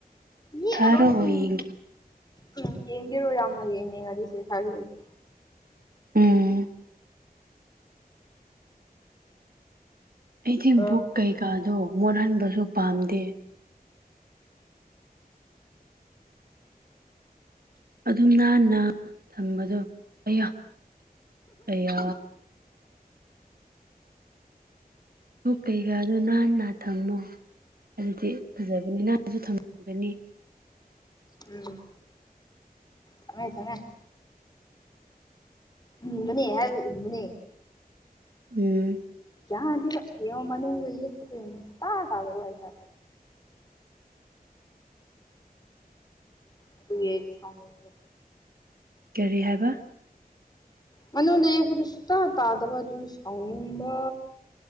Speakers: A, on the left; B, on the right.
A: ꯌꯦꯛꯑꯔꯣꯏ
B: ꯊꯥꯔꯛꯑꯣ
A: ꯎꯝ
B: ꯌꯦꯡꯒꯦ
A: ꯎꯝ ꯌꯦꯡꯒꯤꯔꯣ ꯌꯥꯝꯅ ꯌꯦꯡꯅꯤꯡꯉꯗꯤ ꯁꯦ ꯊꯥꯕꯤꯔꯛꯀꯦ
B: ꯎꯝ ꯑꯩꯗꯤ
A: ꯑꯣ
B: ꯕꯨꯛ ꯀꯩꯀꯥꯗꯣ ꯃꯣꯠꯍꯟꯕꯁꯨ ꯄꯥꯝꯗꯦ ꯑꯗꯨꯝ ꯅꯥꯟꯅ ꯊꯝꯕꯗꯣ ꯑꯩꯌꯥ ꯑꯩꯌꯥ ꯕꯨꯛ ꯀꯩꯀꯥꯗꯣ ꯅꯥꯟꯅ ꯊꯝꯃꯣ ꯑꯗꯨꯗꯤ ꯐꯖꯕꯅꯤ ꯅꯥꯟꯅꯁꯨ ꯊꯝꯒꯅꯤ
A: ꯎꯝ ꯊꯝꯃꯦ ꯊꯝꯃꯦ ꯏꯟꯕꯅꯦ ꯍꯥꯏꯕ ꯏꯟꯕꯅꯦ
B: ꯎꯝ
A: ꯌꯥꯗꯦꯕ ꯌꯦꯡꯉꯣ ꯃꯅꯨꯡꯗ ꯌꯦꯛꯄꯗꯣ ꯌꯦꯡꯉꯣ ꯁꯨꯛꯇꯥ ꯇꯥꯗꯕ ꯍꯥꯏꯇꯥ ꯑꯗꯨꯒꯤ ꯑꯩꯅ ꯁꯥꯎꯅꯤꯡꯕ
B: ꯀꯔꯤ ꯍꯥꯏꯕ
A: ꯃꯅꯨꯡꯗ ꯌꯦꯛꯄꯗꯨ ꯁꯨꯇꯥ ꯇꯥꯗꯕ ꯑꯗꯨꯒꯤ ꯁꯥꯎꯅꯤꯡꯕ